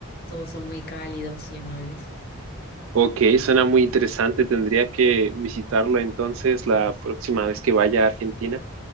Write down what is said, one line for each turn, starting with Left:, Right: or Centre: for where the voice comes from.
Left: todos son muy cálidos y amables.
Right: Ok, suena muy interesante. Tendría que visitarlo entonces la próxima vez que vaya a Argentina.